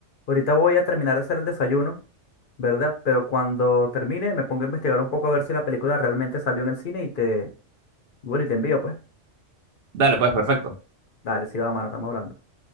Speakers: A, on the left; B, on the right.
A: ahorita voy a terminar de hacer el desayuno. ¿Verdad? Pero cuando termine me pongo a investigar un poco a ver si la película realmente salió en el cine y te, Y bueno, y te envío, pues.
B: Dale, pues, perfecto.
A: Dale, sí, va, mano, estamos hablando.